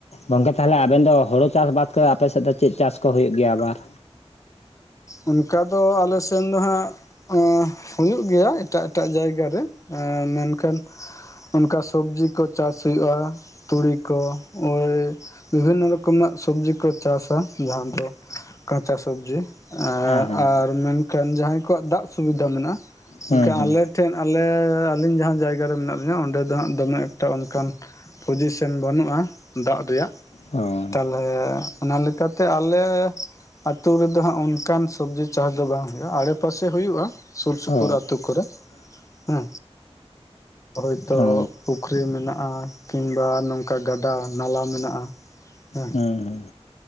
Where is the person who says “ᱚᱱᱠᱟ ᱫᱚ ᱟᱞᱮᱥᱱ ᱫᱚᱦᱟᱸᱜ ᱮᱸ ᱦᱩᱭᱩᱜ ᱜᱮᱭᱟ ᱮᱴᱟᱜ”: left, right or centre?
Left